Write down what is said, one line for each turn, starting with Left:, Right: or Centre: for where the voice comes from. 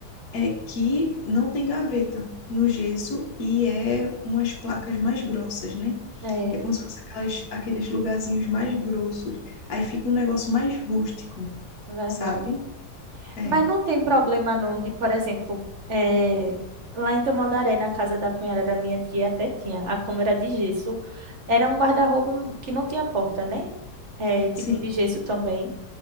Left: é que não tem gaveta no gesso e é umas placas mais grossas, né?
Right: é,
Left: É
Right: é,
Left: como se fosse aquelas, aqueles lugarzinhos mais grossos. Aí fica um negócio mais rústico,
Right: verdade.
Left: sabe? É,
Right: Mas não tem problema não de, por exemplo, eh, lá em Tamandaré, na casa da cunhada da minha tia, até tinha a câmera de gesso. Era um guarda-roupa que não tinha porta, né? Eh, tipo
Left: sim,
Right: de gesso também.